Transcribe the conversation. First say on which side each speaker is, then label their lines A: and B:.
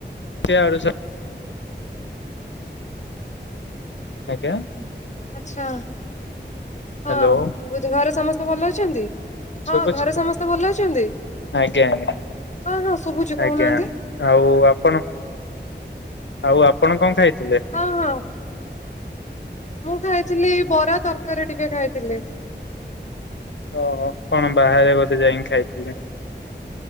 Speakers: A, on the left; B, on the left.
A: <unintelligible> ଆଜ୍ଞା?
B: ଆଛା,
A: ହ୍ୟାଲୋ
B: ହଁ, ବୋଧୁ <unintelligible> ସମସ୍ତେ ଭଲ ଅଛନ୍ତି?
A: ଶୁଭୁଚି
B: ହଁ ଘରେ
A: ତ
B: ସମସ୍ତେ ଭଲ ଅଛନ୍ତି?
A: ଆଜ୍ଞା ଆଜ୍ଞା
B: ହଁ ହଁ ଶୁଭୁଛି, କହୁନାହାନ୍ତି?
A: ଆଜ୍ଞା ଆଉ ଆପଣ, ଆଉ ଆପଣ କଣ ଖାଇଥିଲେ?
B: ହଁ ହଁ। ମୁଁ ଖାଇଥିଲି ଏଇ ବରା ତରକାରୀ ଟିକେ ଖାଇଥିଲି।
A: ଓହୋ। କଣ ବାହାରେ ବୋଧେ ଯାଇକି ଖାଇଥିଲେ?